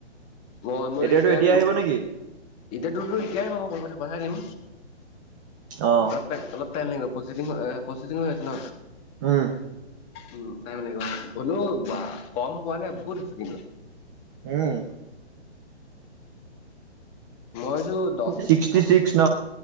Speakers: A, on the left; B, on the right.
A: মই মই
B: এতিয়াৰটো
A: এতিয়া
B: আহিব নেকি
A: এতিয়োতো এতিয়াই পঢ়িব পঠাই দিম।
B: অ
A: অলপ টাইম অলপ ফেনলিঙ প্ৰচেদিঙ হৈ প্ৰচেিং হৈ আছে ন
B: উম
A: উম তাই মানে হ'লেও বা কম পোৱা নাই বহুত হৈছে কিন্তু।
B: উম
A: মইতো দহ
B: ছিক্সটি ছিক্স ন।